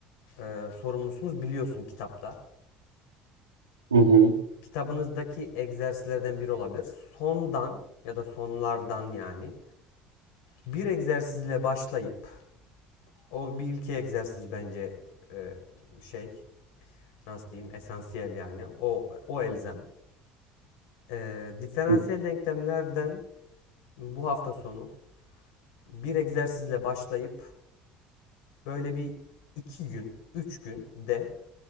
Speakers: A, on the left; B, on the right.
A: e, sorumlusunuz biliyorsun kitapta.
B: Hı hı.
A: Kitabınızdaki egzersizlerden biri olabilir. Sondan ya da sonlardan yani bir egzersizle başlayıp o bir ilki egzersiz bence e, şey nasıl diyeyim esansiyel yani o o elzem. Ee, diferansiyel
B: hı.
A: denklemlerden bu hafta sonu bir egzersizle başlayıp böyle bir 2 gün, 3 gün de